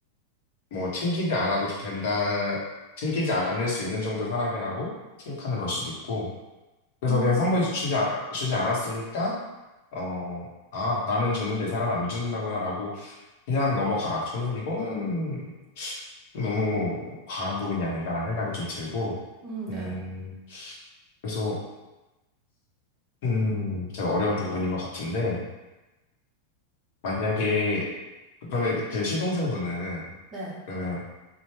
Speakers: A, on the left; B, on the right.
A: 뭐 챙기지 않아도 된다, 챙기지 않을 수 있는 정도 사람이라고 생각하는 걸 수도 있고, 그래서
B: 음,
A: 그냥 선물 주지, 아- 주지 않았으니까, 어, 아, 나는 줬는데 이 사람 안 준다구나라고 그냥 넘어가라. 저는 이거는 너무 과한 부분이 아닌가라는 생각이 좀 들고,
B: 음, 네.
A: 음, 그래서, 음, 제가 어려운 부분인 것 같은데, 만약에, 그러면 그 시동생분은,
B: 네.
A: 그러면